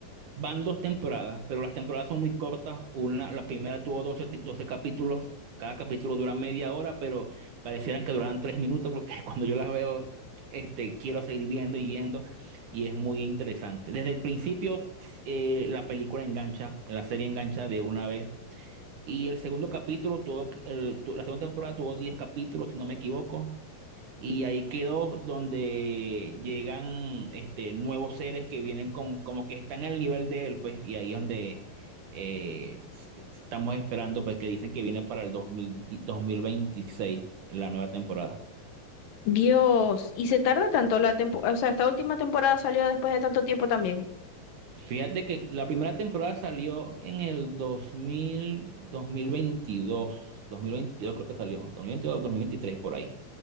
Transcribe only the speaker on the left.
Dios, y se tarda tanto la temporada, o sea, esta última temporada salió después de tanto tiempo también.